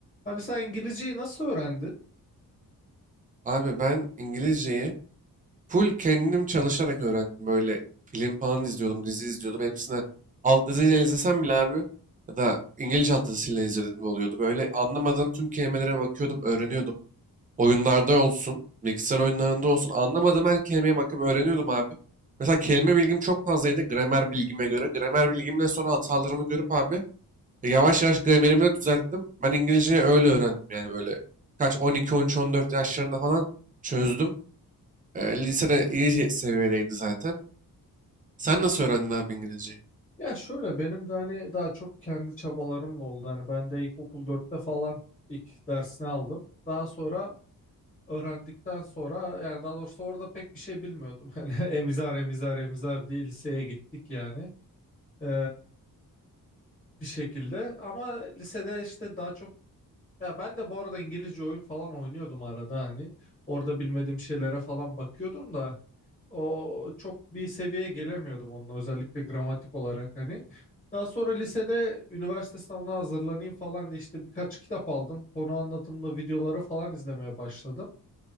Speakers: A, on the left; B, on the right.
A: Abi sen İngilizceyi nasıl öğrendin?
B: Abi ben İngilizceyi full kendim çalışarak öğrendim. Böyle film falan izliyordum, dizi izliyordum. Hepsine alt diziyle izlesem bile abi ya da İngilizce alt dizisiyle izledim oluyordu. Böyle anlamadığım tüm kelimelere bakıyordum, öğreniyordum. Oyunlarda olsun, bilgisayar oyunlarında olsun anlamadığım her kelimeye bakıp öğreniyordum abi. Mesela kelime bilgim çok fazlaydı gramer bilgime göre. Gramer bilgimle sonra hatalarımı görüp abi yavaş yavaş gramerimi de düzelttim. Ben İngilizceyi öyle öğrendim yani böyle kaç 12, 13, 14 yaşlarında falan çözdüm. Ee, lisede iyi seviyedeydi zaten. Sen nasıl öğrendin abi İngilizceyi?
A: Ya şöyle benim de hani daha çok kendi çabalarımla oldu. Hani ben de ilkokul dörtte falan ilk dersini aldım. Daha sonra öğrendikten sonra yani daha doğrusu orada pek bir şey bilmiyordum. <laughs> Yani emizar emizar emizar diye liseye gittik yani. Ee, bir şekilde ama lisede işte daha çok ya ben de bu arada İngilizce oyun falan oynuyordum arada hani orada bilmediğim şeylere falan bakıyordum da O çok bir seviyeye gelemiyordum onunla özellikle gramatik olarak hani. Daha sonra lisede üniversite sınavına hazırlanayım falan diye işte birkaç kitap aldım. Konu anlatımlı videoları falan izlemeye başladım.